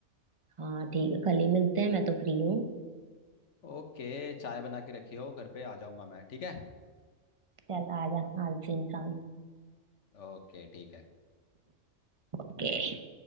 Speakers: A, on the right; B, on the left.
A: हाँ ठीक है कल ही मिलते हैं मैं तो फ्री हूँ
B: ओके चाय बना के रखियो घर पे आ जाऊंगा मैं ठीक है
A: चल आजा आलसी इंसान
B: ओके ठीक है
A: ओके